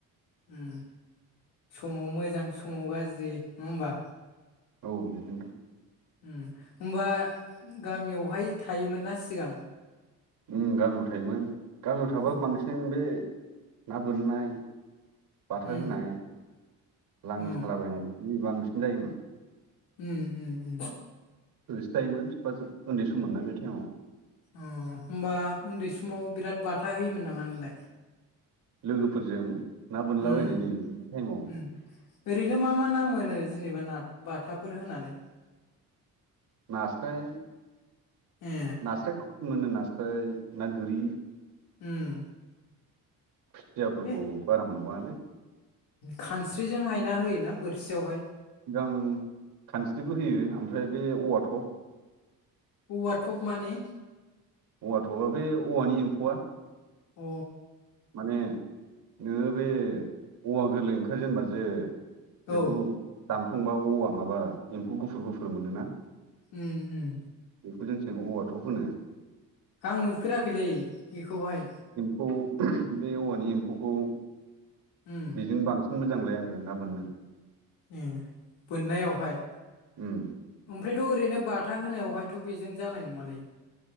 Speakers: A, on the left (about 85°); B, on the right (about 65°).
A: उम समाव मोजां समाव गाज्रि नङा होमबा।
B: औ बिदिनोथ'
A: उम होमबा गामियावहाय थायोमोन ना सिगां।
B: उम गामियाव थायोमोन गामियाव थाबा
A: उम
B: बांसिन बे ना बोननाय बाथा
A: उम
B: होनाय लाङि
A: अ
B: सालाबायनाय बि बांसिन जायोमोन।
A: उम उम उम
B: होसोजायोमोन फिफाजों उन्दै सममोनना बे टाइमाव।
A: उम होमबा उन्दै समाव बिराद बाथा होयोमोन नामा नोंलाय
B: लोगोफोरजों ना बोनलाबायनाय
A: उम
B: नै बे टाइमाव
A: उम ओरैनो मा मा ना मोनो? जेनेबा ना बाथाफोर होनानै।
B: नास्राय
A: ए
B: नास्राय मोनो नास्राय ना गोरि
A: उम
B: <unintelligible> खुसियाफोरखौ
A: ए
B: बारा मोनबाङालै।
A: खानस्रिजों हायना होयोना बोरसियावहाय।
B: सिगां खानस्रिबो होयो ओमफ्राय बे औवा थप
A: औवा थब माने?
B: औवाथ'बा बे औवानि एम्फौआ।
A: अ
B: माने नोङो बे औवा गोरलै ओंखारजेनबा जे बेखौ
A: औ
B: दानफंबा औवा माबा एम्फौ गुफुर गुफुर मोनोना
A: उम उम।
B: बेखौ जोंथिं औवा थब होनो।
A: आं नुफेराखैलै बेखौहाय।
B: खौ बे औवानि एम्फौखौ
A: उम
B: बेजों बांसिन मोजांलाया आरो ना बोननो
A: ए बोन्नायावहाय।
B: उम।
A: ओमफ्रायथ' ओरैनो बाथा होनायावहायथ' बेजों जानाय नङालै।